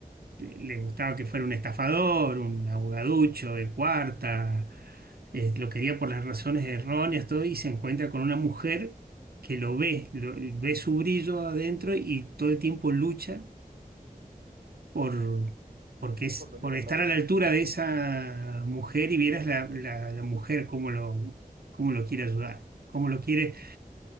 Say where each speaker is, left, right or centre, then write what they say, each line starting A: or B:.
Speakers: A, on the right; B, on the right.
A: le gustaba que fuera un estafador, un abogaducho de cuarta, eh, lo quería por las razones erróneas, todo, y se encuentra con una mujer que lo ve, lo- ve su brillo adentro y todo el tiempo lucha por... Porque es
B: por, salir
A: por
B: adelante.
A: estar a la altura de esa mujer y vieras la, la- la mujer cómo lo, cómo lo quiere ayudar, cómo lo quiere